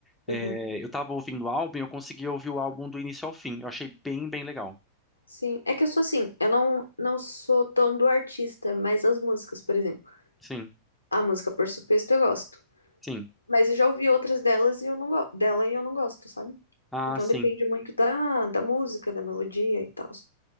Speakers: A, in the centre; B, on the left.
A: É,
B: uhum.
A: eu tava ouvindo o álbum e eu consegui ouvir o álbum do início ao fim. Eu achei bem, bem legal.
B: Sim, é que eu sou assim, eu não, não sou tão do artista, mas as músicas, por exemplo.
A: Sim,
B: A música Por Suposto eu gosto.
A: sim.
B: Mas eu já ouvi outras delas e eu não go- dela e eu não gosto, sabe?
A: Ah,
B: Então
A: sim.
B: depende muito da, da música, da melodia e tal.